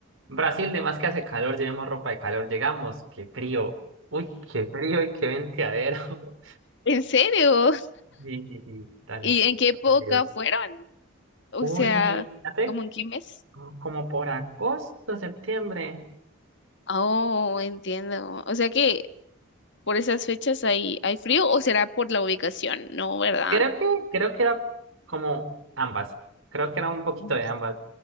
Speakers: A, on the right (about 70°); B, on the left (about 60°).
A: Brasil, de más que hace calor, llevemos ropa de calor, llegamos, qué frío. Uy, qué frío y qué venteadero. <laughs>
B: ¿En serio?
A: Sí, sí, sí, dale.
B: ¿Y en qué época
A: está perdido.
B: fueron? O
A: Uy,
B: sea,
A: hace
B: ¿como en qué mes?
A: como por agosto, septiembre.
B: Oh, entiendo. O sea que por esas fechas hay, hay frío o será por la ubicación, ¿no? ¿Verdad?
A: Creo que, creo que era como ambas. Creo que era un poquito
B: Mm,
A: de ambas.